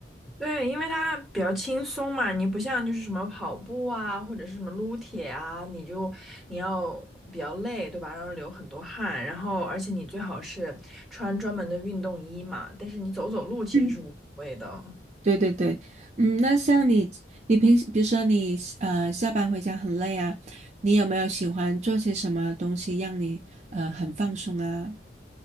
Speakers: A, in the centre; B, on the right (about 40°).
A: 对，因为它比较轻松嘛，你不像就是什么跑步啊，或者是什么撸铁啊，你就你要比较累，对吧？然后流很多汗，然后而且你最好是穿专门的运动衣嘛，但是你走走路其实是无所谓的。
B: 嗯，对对对，嗯，那像你，你平时比如说你呃下班回家很累啊，你有没有喜欢做些什么东西让你呃很放松啊？